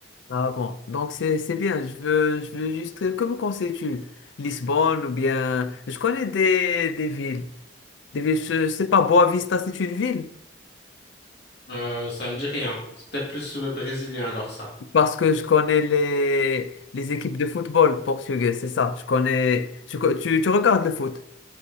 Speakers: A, on the left; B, on the left.
A: Ah bon, donc c'est c'est bien. Je veux, je veux juste. Que me conseilles-tu? Lisbonne ou bien. Je connais des, des villes. Des villes, je, je sais pas, Boavista, c'est une ville.
B: Euh, ça me dit rien. C'est peut-être plus euh, brésilien alors ça.
A: Parce que je connais les, les équipes de football portugais, c'est ça. Je connais. Tu, co- tu, tu regardes le foot.